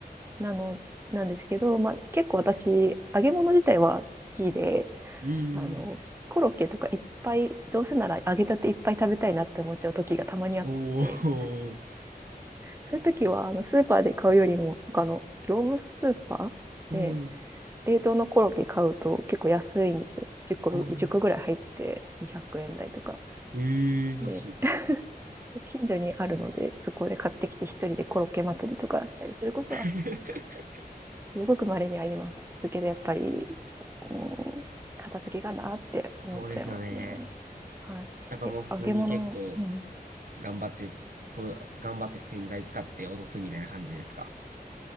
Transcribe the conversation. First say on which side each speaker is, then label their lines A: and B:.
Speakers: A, on the right (about 15°); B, on the right (about 60°).
A: なの、なんですけど、ま、結構私、揚げ物自体は好きで、
B: うーん。
A: あの、コロッケとかいっぱい、どうせなら揚げたていっぱい食べたいなって思っちゃう時がたまにあって、
B: おー。
A: そういう時は、あの、スーパーで買うよりも、結構あの、業務スーパーで、
B: うん。
A: 冷凍のコロッケ買うと結構安いんですよ。10個、
B: おー。
A: 10個ぐらい入って200円台とか。
B: ええー、安い。
A: で、で近所にあるので、そこで買ってきて一人でコロッケ祭りとかしたりすることは、
B: <laughs>
A: すごく稀にありますけど、やっぱり、うん、片付けかなって思っちゃいますね。
B: そうですよね。
A: はい。
B: やっぱもう普通に結構
A: え、揚げ物、うん。
B: 頑張って、そう、頑張って洗剤使って落とすみたいな感じですか